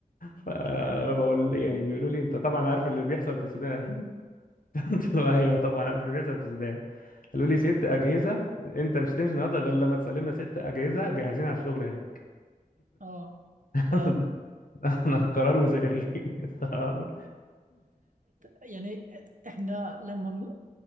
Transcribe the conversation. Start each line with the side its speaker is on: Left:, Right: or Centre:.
Left: فبقول يعني بيقولوا لي انت طبعا عارف اللي بيحصل في السودان <laughs> قلت له ايوه طبعا عارف اللي بيحصل في السودان قالوا لي ست اجهزه انت مش هتمشي النهارده غير لما تسلمنا ست اجهزه جاهزين على الشغل هناك
Right: اه
Left: <laughs>
Right: ف...
Left: انا قرار وزاري <laughs> طب-
Right: يعني احنا لما م-